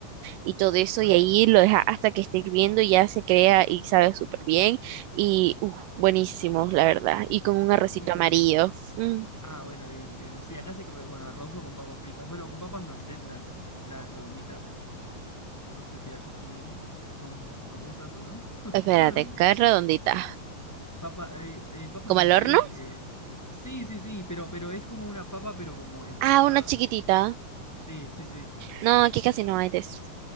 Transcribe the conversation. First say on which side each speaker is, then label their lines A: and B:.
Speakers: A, on the right; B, in the centre.
A: y todo eso,
B: Ahí
A: y ahí
B: va.
A: lo deja hasta que esté hirviendo y ya se crea y sabe súper bien. Y uf, buenísimo, la verdad. Y con un arrocito
B: Y con...
A: amarillo. Mm.
B: Ah, bueno, bien, bien. Sí, acá se come con arroz o con papas fritas. Bueno, con papas no haced las, las redonditas. No sé si allá también son famosas o no.
A: Espérate,
B: <laughs>
A: ¿qué redondita?
B: Papa, eh, eh, papas
A: ¿Como
B: noisette.
A: al horno?
B: Eh... Sí, sí, sí, pero, pero es como una papa, pero como empanada.
A: Ah, una chiquitita.
B: Sí, sí, sí.
A: No, aquí casi no hay de eso.